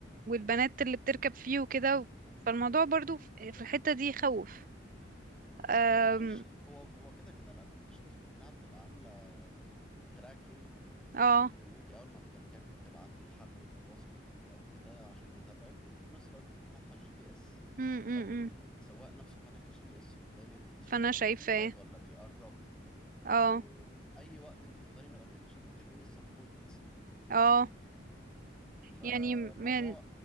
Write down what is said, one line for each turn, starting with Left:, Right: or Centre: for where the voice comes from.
Right: والبنات اللي بتركب فيه وكده فالموضوع برضو في في الحتة دي يخوف أم...
Centre: آه ماشي هو هو كده كده الابلكيشنز كلها بتبقى عامله تراكنج
Right: اه
Centre: ممكن ان انت اول ما بتركبي بتبعتيه لحد انت واثقه فيه او كده عشان يتابعك وانت في نفس الوقت بتبقي فاتحه الجي بي اس
Right: امم امم
Centre: او ال- السواق نفسه فاتح الجي بي اس قدامك وانت شايفه
Right: فانا شايفة
Centre: هو بيبعد
Right: إيه.
Centre: ولا بيقرب
Right: اه
Centre: واي وقت انت تقدري من الابلكيشن تكلمي السبورت
Right: اه
Centre: فالموضوع
Right: يعني من